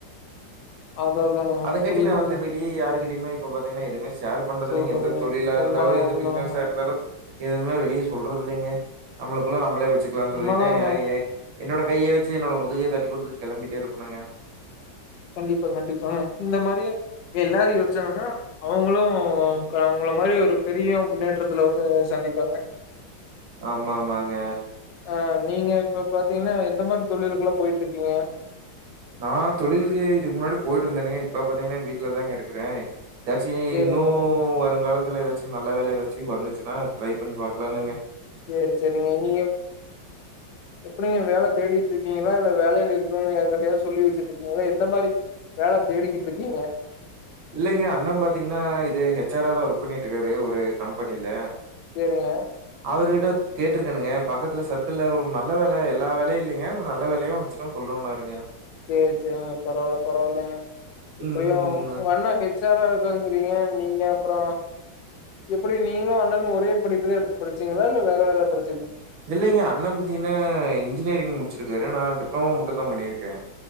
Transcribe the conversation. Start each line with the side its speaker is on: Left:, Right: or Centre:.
Left: அத அதாங்க
Right: அதங்கட்டி
Left: புரியுதுங்க
Right: நா வந்து வெளியே யாருக்கிட் டமே இப்ப பாத்தீங்கன்னா எதுவுமே ஷேர் பண்றது
Left: சொல்றதுங்க
Right: இல்லீங்க எந்த தொழிலா
Left: உண்மதாங்க
Right: இருந்தாலு எந்த
Left: உண்மதாங்க
Right: பிசினஸா இருந்தாலு எதுவுமே வெளியே சொல்றது இல்லைங்க நம்மளுக்குள்ள நம்மளே வச்சுக்கலாம்னு சொல்லிட்டே
Left: உண்மதாங்க
Right: யா ஏ என்னோட கைய வச்சு என்னோட முதுகே தட்டி குடுத்துட்டு கிளம்பிட்டே இருப்பனுங்க
Left: கண்டிப்பா கண்டிப்பாங்க இந்த மாரியே எல்லாரு யோச்சாங்கனா அவங்களு க அவ்ங்கள மா ரி ஒரு பெரிய முன்னேற்றத்துல வந்து சந்திப்பாங்க
Right: ஆமா ஆமாங்க
Left: அ நீங்க இப்ப பாத்தீங்னா எந்த மாதிரி தொழிலுக்குலா போயிட்ருக்கீங்க
Right: நா தொழிலுக்கு இதுக்கு முன்னாடி போயிட்ருந்தேனுங்க இப்ப பாத்தீங்கனா வீட்லதாங்க இருக்குறே எதாச்சு
Left: சரிங்க.
Right: இன்னு வருங்காலத்துல எதாச்சு நல்ல வேல எதாச்சு வந்துச்சுனா ட்ரை பண்ணி பாக்லானுங்க
Left: சேரி சேரிங்க நீங்க எப்டிங்க வேல தேடிட்ருக் கீங்களா இல்ல வேலைல இருக்கவ்ங்க யாருகிட்டயாது சொல்லி வச்சுட்ருக்கீங்களா எந்த மாரி வேல தேடிக்கிட்ருக்கீங்க
Right: இல்லைங்க அண்ண பாத்தீங்கனா இது ஹெச் ஆரா தா ஒர்க் பண்ணிட்டுக்காரு ஒரு கம்பெனில
Left: சரிங்க.
Right: அவருகிட்ட கேட்ருக்கணுங்க பக்கத்துல சர்க்கிள்ல நல்ல வேல எல்லா வேலையு இல்லைங்க நல்ல வேலையா வந்ச்சுனா சொல்றன்னாருங்க
Left: சேரி சேரிங்க பரவால்ல பரவால்லைங்க எப்டியு
Right: ம்
Left: ஒங்க அண்ண ஹெச் ச்சாரா இருக்காங்கிறீங்க நீங்க அப்றோ எப்டி நீங்களு அண்ணன்னு ஒரே படிப்புதா எடுத்து படிச்சீங்களா இல்ல வேற வேற படிச்
Right: இல்லைங்க அண்ண பாத்தீங்ன்னா இன்ஜினியரிங் முடிச்சிருக்காரு நா டிப்ளமோ மட்டு தா பண்ணிருக்கே